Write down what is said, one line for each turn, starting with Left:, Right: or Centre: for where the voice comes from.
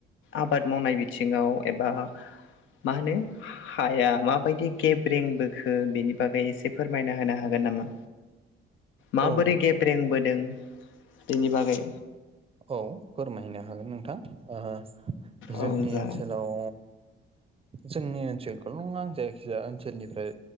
Left: आबाद मावनाय बिथिङाव एबा मा होनो हाया माबायदि गेब्रेंबोखो बेनि बागै एसे फोरमायना होनो हागोन नामा? माबोरै
Right: औ
Left: गेब्रेंबोदों बेनि बागै।
Right: औ फोरमायनो हागोन नोंथां। ओ जोंनि
Left: औ जागोन
Right: ओनसोलाव जोंनि ओनसोलखौल' नङा आं जायखिजाया ओनसोलनिफ्राय